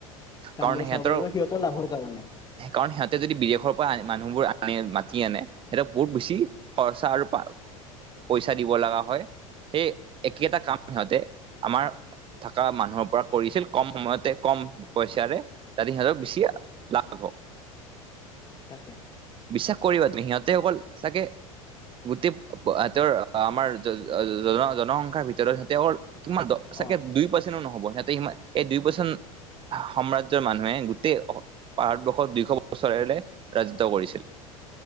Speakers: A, on the left (about 20°); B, on the right (about 30°).
A: কামবোৰ
B: কাৰণ সিহঁতৰ
A: চাব পাৰিব লাভৰ কাৰণে
B: কাৰণ সিহঁতে যদি বি বিদেশৰ পৰা মানুহবোৰ আনি মাতি আনে সিহঁতক বহুত বেছি খৰচা আৰু পইচা দিব লগা হয় সেই একেটা কাম সিহঁতে আমাৰ থকা মানুহৰ পৰা কৰিছিল কম সময়তে কম পইচাৰে যাতে সিহঁতক বেছি লাভ হ
A: তাকে।
B: বিশ্বাস কৰিবা তুমি সিহঁতে অকল চাগে গোটেই সেতৰ আমাৰ জন জনসংখ্যাৰ ভিতৰত সেতৰ কিমান চাগে
A: অঁ
B: দুই পাৰ্চেনো নহব সিহঁতে এই দুই পাৰ্চেণ্ট সাম্ৰাজ্যৰ মানুহে গোটেই ভাৰতবৰ্ষত দুইশ বছৰেৰে ৰাজত্ব কৰিছিল।